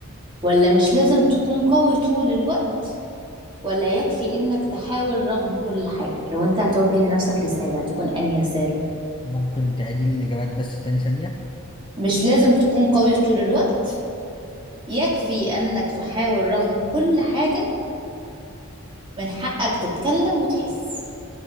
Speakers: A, on the right (about 20°); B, on the left (about 20°).
A: ولا مش لازم تكون قوي طول الوقت ولا يكفي انك تحاول رغم كل حاجة لو انت هتوجه لنفسك رسالة تكون انهي رسالة
B: ممكن تعيد لي الاجابات بس تاني ثانية
A: مش لازم تكون قوي طول الوقت يكفي انك تحاول رغم كل حاجة من حقك تتكلم وتحس